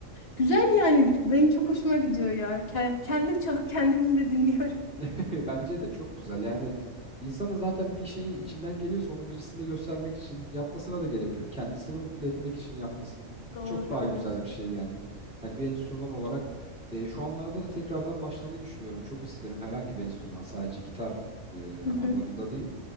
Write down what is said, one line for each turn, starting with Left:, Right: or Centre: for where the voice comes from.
Left: Güzel yani benim çok hoşuma gidiyor ya. Ke- Kendim çalıp kendim yine dinliyorum.
Centre: <laughs> Bence de çok güzel. Yani insanın zaten bir şeyi içinden geliyorsa onu birisine göstermek için yapmasına da gerek yok. Kendisini mutlu etmek için yapması
Left: <laughs> Doğru
Centre: çok daha
Left: evet.
Centre: güzel bir şey yani. Hani bir enstrüman olarak e, şu anlarda da tekrardan başlamayı düşünüyorum. Çok isterim herhangi bir enstrüman sadece gitar e,
Left: <laughs>
Centre: anlamında değil.